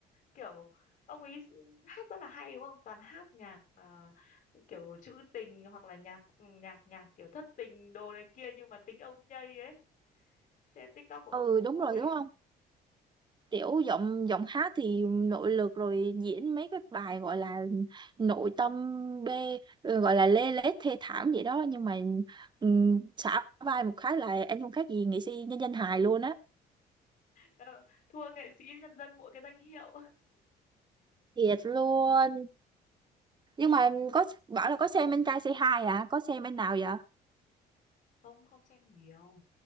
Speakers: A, on the left; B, on the right.
A: kiểu ông ấy hát rất là hay đúng không toàn hát nhạc à, kiểu trữ tình hoặc là nhạc nhạc nhạc kiểu thất tình đồ này kia nhưng mà tính ông nhây ấy xem TikTok của ông
B: ừ
A: cũng
B: đúng
A: vui
B: rồi đúng không tiểu giọng giọng hát thì nội lực rồi diễn mấy cái bài gọi là nội tâm bê ừ, gọi là lê lết thê thảm vậy đó nhưng mà um, xả vai một cái là anh không khác gì nghệ sĩ nhân dân hài luôn á
A: Ờ, thua nghệ sĩ nhân dân mỗi cái danh hiệu <laughs>
B: thiệt luôn nhưng mà có bảo là có xem anh trai Say Hi à có xem anh nào vậy
A: không không xem nhiều